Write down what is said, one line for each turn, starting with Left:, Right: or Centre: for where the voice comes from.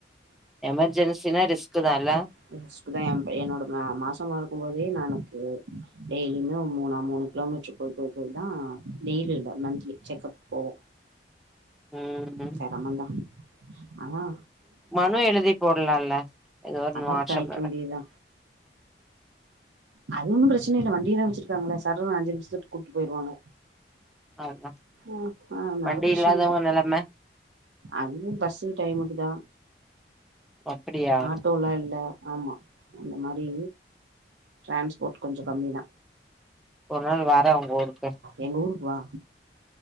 Centre: எமர்ஜென்சினா ரிஸ்க்தான் இல்ல
Right: <inaudible> க்குதா என் என்னோட மாசமா இருக்கும் போதே நானு டெய்லியுமே ஒரு மூணா மூணு கிலோமீட்டரு போய் போய் போய் தான் டெய்லி இல்ல மந்த்லி செக்கப் போவோ
Centre: ம்
Right: சேரமதா ஆ
Centre: மனு எழுதி போடலால ஏதோ ஒரு
Right: அடாப்ட்
Centre: மாற்றம்
Right: ஆயிக்க
Centre: நட
Right: வேண்டியதூதா அது ஒன்னு பிரச்சன இல்ல வண்டியைதா வச்சிருக்காங்கள சர்ருனு அஞ்சு நிமிஷட்டு குப்டு போயிறுவாங்க
Centre: அதுதா
Right: ஆஹ் ஆஹ் அதனால
Centre: வண்டி
Right: பிரச்ன
Centre: இல்லாதவங்க
Right: இல்லா
Centre: நெலம
Right: அதுவு பஸ் டைமுக்குதா
Centre: அப்டியா
Right: ஆட்டோலா இல்ல ஆமா அந்த மாரி டிரான்ஸ்போர்ட் கொஞ்ச கம்மிதா
Centre: ஒரு நாள் வரேன் உங்க ஊருக்கு
Right: எங்க ஊருக்கு வா